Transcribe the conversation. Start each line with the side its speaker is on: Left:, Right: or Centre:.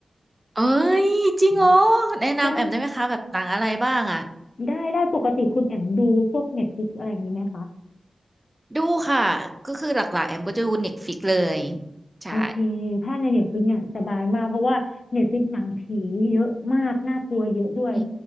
Right: เอ้ยจริงเหรอ
Left: อืม
Right: แนะนำแอมได้ไหมคะแบบหนังอะไรบ้างอะ
Left: ใช่ได้ได้ปกติคุณแอมดูพวกเน็ f l i ิอะไรอย่างนี้ไหมคะ
Right: ดูค่ะก็คือหลักๆแอมก็จะดูเน็ตฟิกเลยใช่
Left: โอเคถ้าในเน็ตฟลิกเนี่ยสบายมากเพราะว่าเน็ตฟลิกหนังผีเยอะมากน่ากลัวเยอะด้วย
Right: อื